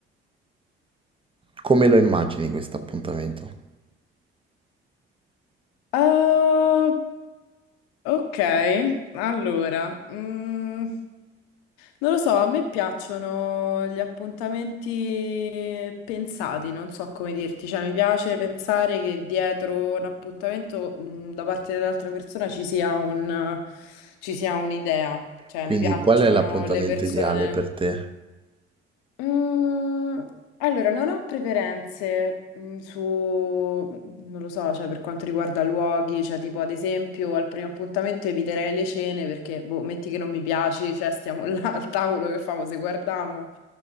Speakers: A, on the right (about 15°); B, on the left (about 70°).
A: Come lo immagini questo appuntamento?
B: Ah, ok, allora, mm, non lo so, a me piacciono gli appuntamenti pensati, non so come dirti, cioè mi piace pensare che dietro un appuntamento, mm, da parte dell'altra persona ci sia un, ci sia un'idea, cioè
A: Quindi,
B: mi piacciono
A: qual è l'appuntamento
B: le persone.
A: ideale per te?
B: Mm, allora, non ho preferenze mm, su, non lo so, cioè per quanto riguarda luoghi, cioè tipo ad esempio al primo appuntamento eviterei le cene perché, boh, metti che non mi piaci, cioè stiamo <laughs> là al tavolo, che famo se guardiamo?